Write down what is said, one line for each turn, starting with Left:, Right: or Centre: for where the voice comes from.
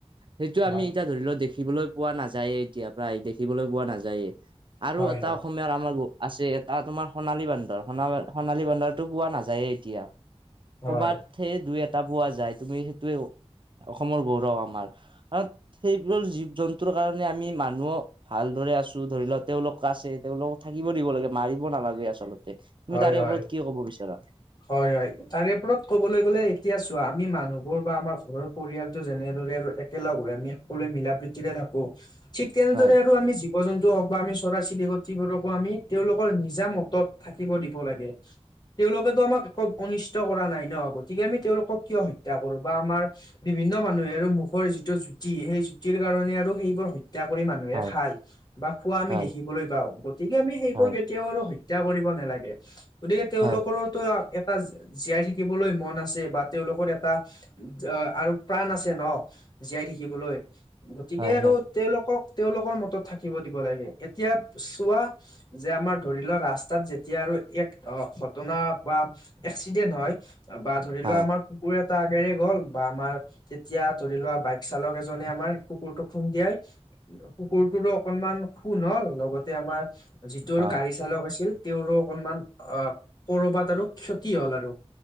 Right: সেইটো
Left: হয়
Right: আমি এতিয়া ধৰি লও দেখিবলৈ পোৱা নাযায়ে, এতিয়া প্ৰায় দেখিবলৈ পোৱা নাযায়েই। আৰু
Left: হয়
Right: এটা
Left: হয়
Right: অসমীয়াৰ আমাৰ আছে এটা তোমাৰ সোণালী বান্দৰ, সোণ সোণালী বান্দৰটো পোৱা নাযায়ে এতিয়া।
Left: হয়
Right: কৰ'বাত সে দুই এটা পোৱা যায় তুমি সেইটোৱে, অসমৰ গৌৰৱ আমাৰ। কাৰণ সেইবোৰ জীৱ-জন্তুৰ কাৰণে আমি মানুহক ভালদৰে আছো ধৰি লওক তেওঁলোক আছে, তেওঁলোকক থাকিব দিব লাগে মাৰিব নালাগে আচল তে তুমি
Left: হয়
Right: তাৰে
Left: হয়
Right: ওপৰত কি কব বিচাৰা?
Left: হয় হয় তাৰে ওপৰত ক'বলৈ গ'লে এতিয়া চোৱা আমি মানুহবোৰ বা আমাৰ ঘৰৰ পৰিয়ালতটো যেনেদৰে আৰু একেলগ হৈ আমি সকলোৱে মিলা প্ৰীতিৰে থাকো, ঠিক তেনেদৰে
Right: হয়
Left: আৰু আমি জীৱ-জন্তু হওক বা আমি চৰাই চিৰিকটবোৰকো আমি তেওঁলোকৰ নিজা মতত থাকিব দিব লাগে। তেওঁলোকেতো আমাক একো অনিষ্ট কৰা নাই ন গতিকে, আমি তেওঁলোকক কিয় হত্যা কৰো বা আমাৰ বিভিন্ন মানুহে আৰু মুখৰ যিটো জুতি সেই জুতিৰ কাৰণ আৰু সেইবোৰ হত্যা হত্যা কৰি মানুহে
Right: হয়
Left: খাই বা খোৱা আমি
Right: হয়
Left: দেখিবলৈ পাওঁ, গতিকে আমি সেইবোৰ
Right: হয়
Left: কেতিয়াও আৰু হত্যা কৰিব নালাগে, গতিকে তেওঁলোকৰো
Right: হয়
Left: এটা জীয়াই থাকিবলৈ মন আছে বা তেওঁলোকৰ এটা আৰু প্ৰাণ আছে ন জীয়াই থাকিবলৈ, গতিকে
Right: হয়
Left: আৰু তেওঁলোকক, তেওঁলোকৰ মতত থাকিব দিব লাগে, এতিয়া চোৱা যে আমাৰ ধৰি লোৱা ৰাস্ত তাত যেতিয়া আৰু এক ঘটনা বা এক্সিডেন্ট হয় বা ধৰি
Right: হয়
Left: লোৱা আমাৰ কুকুৰ এটা আগেৰে গ'ল বা আমাৰ তেতিয়া ধৰি লোৱা বাইক চালক এজনে আমাৰ কুকুৰটো খুন্দিয়াই কুকুৰটোত অকনমান খোন হ'ল, লগতে আমাৰ যিটোৰ
Right: হয়
Left: গাড়ী
Right: হয়
Left: চালক আছিল তেওঁৰো অকনমান অ কৰবাত আৰু ক্ষতি হল আৰু